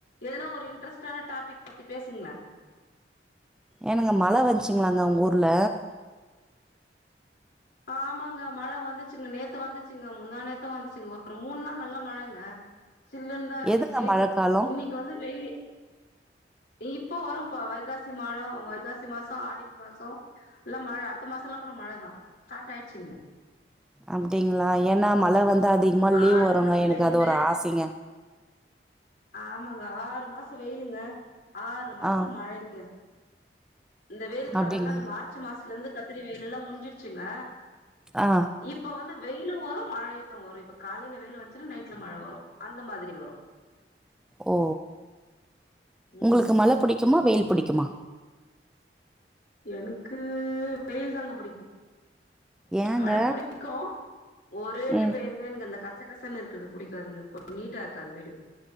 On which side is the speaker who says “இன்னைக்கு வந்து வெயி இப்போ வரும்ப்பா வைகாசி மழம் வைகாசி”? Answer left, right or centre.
Left